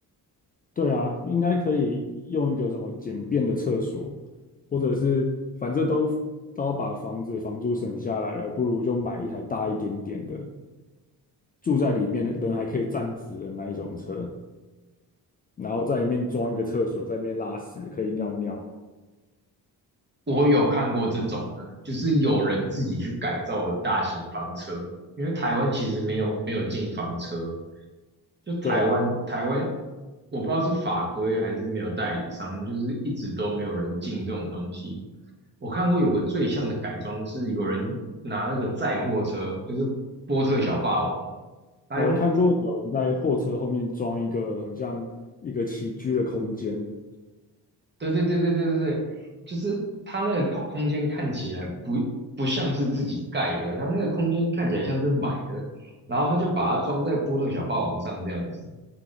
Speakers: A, on the left; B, on the right.
A: 对啊，应该可以用一个什么简便的厕所，或者是反正都都要把房子房租省下来了，不如就买一台大一点点的，住在里面人还可以站直的那一种车，然后在里面装一个厕所，在里面拉屎可以尿尿。
B: 我有看过这种的，就是有人自己去改造了大型房车，因为台湾其实没有没有进房车，就台湾，
A: 对啊，
B: 台湾我不知道是法规还是没有代理商，就是一直都没有人进这种东西。我看过有个最像的改装是有人拿那个载货车，就是波特小霸王，他用，
A: 那我看过有人在货车后面装一个很像一个起居的空间，
B: 对对对对对对对，就是他那个空空间看起来不不像是自己盖的，他那个空间看起来像是买的，然后他就把它装在波特小霸王上这样子。